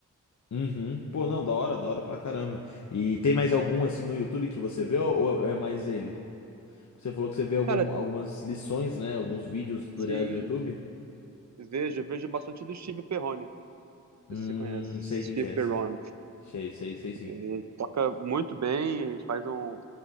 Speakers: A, on the left; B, on the right.
A: Uhum. Pô, não, da hora, da hora pra caramba. E tem mais algum assim no YouTube que você vê ou ou é mais ele? Você falou que você vê algum-
B: Cara,
A: algumas lições, né? Alguns vídeos, tutoriais
B: sim,
A: no YouTube.
B: vejo, vejo bastante do Steve Perrone, não
A: Hum,
B: sei se você conhece,
A: sei quem
B: Steve
A: que é,
B: Perrone.
A: sei. Sei, sei, sei sim.
B: Ele toca muito bem, faz um,